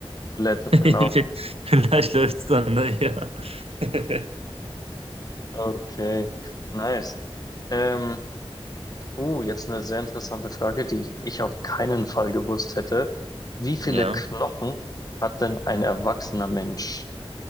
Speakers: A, on the left (about 40°); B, on the right (about 75°).
A: lädt es
B: <laughs>
A: dann auf.
B: Vielleicht läuft es dann, ne? Ja. <laughs>
A: Okay, nice. Ähm, Uh, jetzt eine sehr interessante Frage, die ich auf keinen Fall gewusst hätte. Wie viele
B: Ja.
A: Knochen hat denn ein erwachsener Mensch?